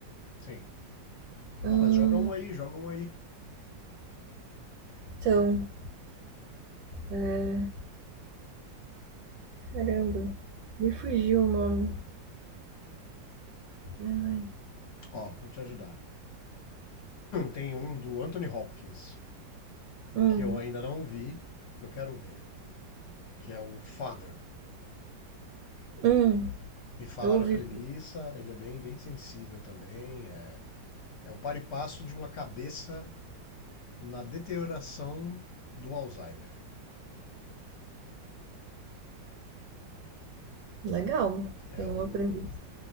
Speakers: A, on the left; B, on the right.
A: Sim.
B: Ah,
A: Não, mas joga um aí, joga um aí.
B: então, é, caramba, me fugiu o nome. Ai,
A: Ó, vou te ajudar. Tem um do Anthony Hopkins,
B: hum,
A: que eu ainda não vi, que eu quero ver, que é o Father.
B: hum,
A: Me falaram
B: eu ouvi.
A: a premissa, ele é bem, bem sensível também. É, é o par e passo de uma cabeça na deterioração do Alzheimer.
B: Legal,
A: É
B: tem
A: um.
B: uma premissa.